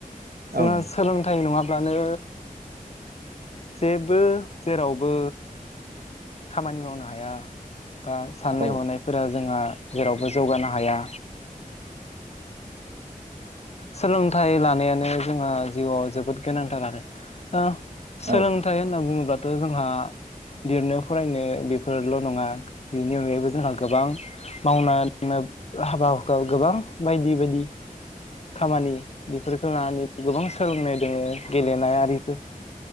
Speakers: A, on the left (about 45°); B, on the right (about 85°).
A: जोङो
B: औ नों
A: सोलोंथाइ नङाब ब्लानो जेबो जेरावबो खामानि मावनो हाया। बा साननाय
B: औ
A: हनायफोरा जोंहा जेरावबो जौगानो हाया सोलोंथाइ लानायानो जोंहा जिउआव जोबोद गोनांथार आरो सोलोंथाइ
B: औ
A: होनना बुङोब्ला थ जोंहा लिरनो फरायनो बेफोरल' नङा बेनि अनगायैबो जोंहा गोबां मावना <inaudible> हाबा हुखा गोबां बायदि बायदि खामानि बेफोरखौ लानानै गोबां सोलोंनाय दोङो गेलेनाय आरिफोर